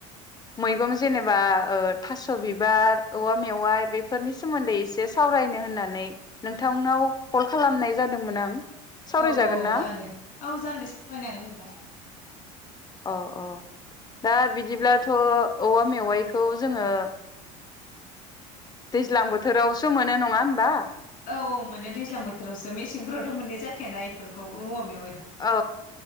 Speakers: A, on the left; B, on the left.
A: मैगं जेनेबा ओ थास' बिबार औवा मेवाइ बेफोरनि सोमोन्दै एसे सावरायनो होननानै नोंथांनाव कल खालामनाय जादोंमोन आं सावरायजागोन
B: औ औ
A: ना
B: जागोन दे औ जागोन दे सावरायनांगोन नोंथां
A: अ अ दा बिदिब्लाथ' औवा मेवाइखौ जोङो दैज्लां बोथोरावसो मोनो नङा होनबा
B: औ औ मोनो दैज्लां बोथोरावसो मेसेंफोरावथ' मोननाय जाखाया ना <unintelligible>
A: औ